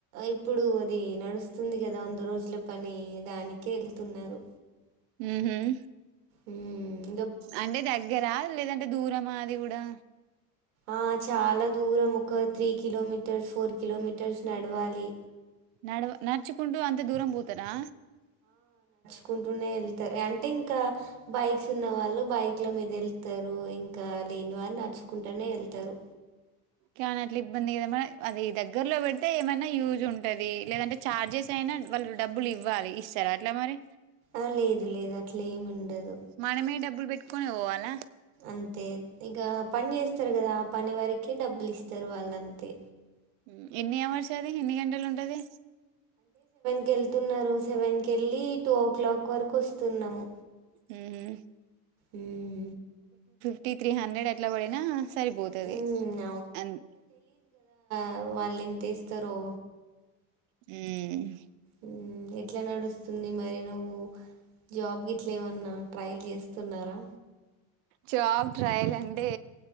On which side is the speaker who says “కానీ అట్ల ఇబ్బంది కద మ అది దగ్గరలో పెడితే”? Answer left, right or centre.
Right